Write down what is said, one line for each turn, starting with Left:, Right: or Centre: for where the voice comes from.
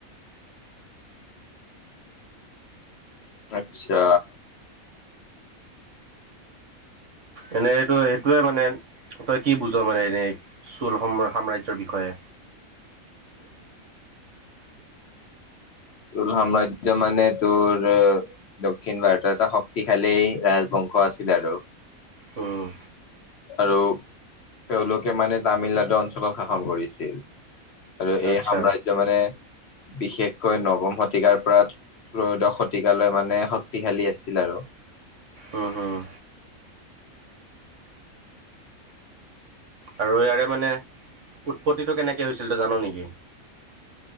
Left: আচ্ছা।
Right: এনে সেইটো সেইটোয়ে মানে তই কি বুজ মানে এনেই? চ'ল সাম্ৰাজ্যৰ বিষয়ে?
Left: চ'ল সাম্ৰাজ্য মানে তোৰ দক্ষিণ ভাৰতৰ এটা শক্তিশালী ৰাজবংশ আছিল আৰু।
Right: উম।
Left: আৰু তেওঁলোকে মানে তামিলনাডু অঞ্চলত শাসন কৰিছিল। আৰু এই
Right: আচ্ছা
Left: সাম্ৰাজ্য মানে বিশেষ কৈ নৱম শতিকাৰ পৰা ত্ৰয়োদশ শতিকালৈ মানে শক্তিশালী আছিল আৰু।
Right: উম হুম। আৰু ইয়াৰে মানে উৎপত্তিটো কেনেকৈ হৈছিল তই জান নেকি?